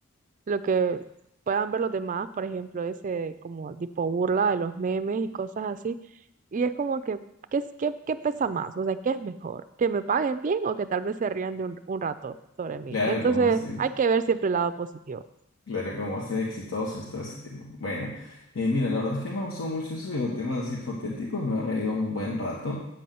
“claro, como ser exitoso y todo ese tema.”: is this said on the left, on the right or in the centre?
Left